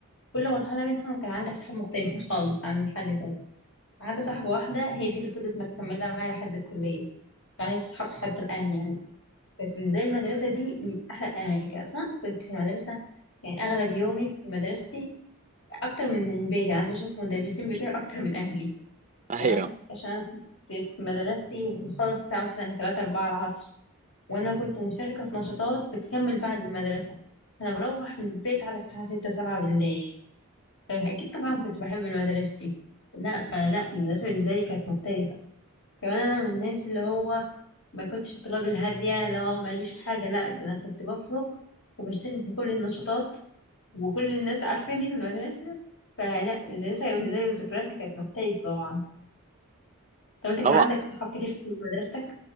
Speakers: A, on the left; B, on the right.
A: كل مرحلة منهم كان عندي أصحاب مختلفين خالص عن المرحلة اللي فاتت ما عدا صاحبة واحدة هي دي اللي فضلت مكملة معايا لحد الكلية يعني صحاب حتى الآن يعني بس بالنسبة لي المدرسة دي من أحلى الأماكن أصلا كنت في المدرسة يعني أغلب يومي في مدرستي اكتر من بيتي يعني انا بشوف مدرسين بتوعي اكتر من اهلي
B: <laughs> أيوه
A: يعني انا كنت عشان انا كنت في مدرستي بخلص الساعه مثلا 3 4 العصر وانا كنت مشتركه في نشاطات بتكمل بعد المدرسه انا بروح من البيت على الساعه 6 7 بالليل فاكيد طبعا كنت بحب مدرستي لا فلا المدرسه بالنسبه لي كانت مختلفه كمان انا من الناس اللي هو ما كنتش الطلاب الهاديه اللي هو ماليش في حاجه لا ده انا كنت بفرق وبشترك في كل النشاطات وكل الناس عارفاني في المدرسة فلا المدرسة بالنسبة لي وذكرياتها كانت مختلفة طبعا طب انت كان
B: طبعا
A: عندك صحاب كتير في مدرستك؟